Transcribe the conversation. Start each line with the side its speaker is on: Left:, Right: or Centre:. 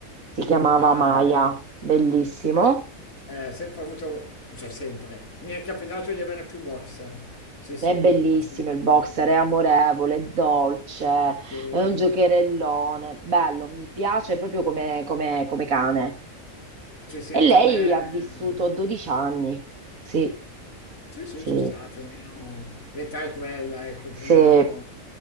Right: si chiamava
Left: Ah,
Right: Maya, bellissimo.
Left: io s- eh, ho sempre avuto, cioè sempre, mi è capitato di avere più boxer. Sì, sì,
Right: È bellissimo
Left: assolutamente.
Right: il boxer, è amorevole, è dolce, è
Left: Sì,
Right: un giocherellone, bello, mi piace proprio come, come- come cane.
Left: sì, sì,
Right: E
Left: anche
Right: lei
Left: a me.
Right: ha vissuto 12 anni. Sì,
Left: Sì, sì,
Right: sì,
Left: ci sta, più o meno l'età è quella, ecco,
Right: sì.
Left: più o meno